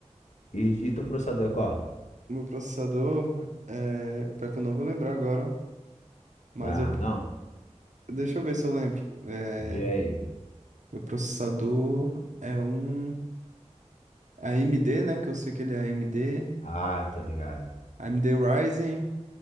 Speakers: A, on the left; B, on the right.
A: E, e teu processador é qual?
B: Meu processador, é... pior que eu não vou lembrar agora, ó. mas
A: Ah,
B: eu...
A: não?
B: Deixa eu ver se eu lembro. Eh,
A: Vê aí.
B: Meu processador é um a AMD, né? Que eu sei que ele é AMD.
A: Ah, tô ligado.
B: AMD Ryzen.